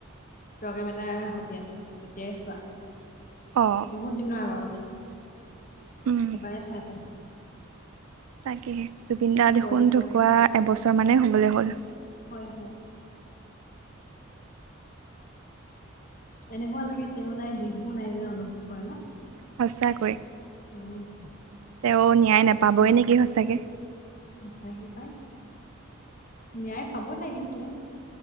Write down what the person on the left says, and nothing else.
প্ৰগ্ৰেম এটাই আহে শদিয়াত তেতিয়াই চোৱা
বহুত দিনৰ আগৰ কথা
এবাৰে চাই পাইছো
গৈয়ে পোৱা
নাই
হয় হয় এনেকোৱা লাগে তেওঁ নাই বিহুও নাই যেন অনুভৱ হয় ন
উম
সঁচাকে পাই ন্যায় পাব লাগিছিলে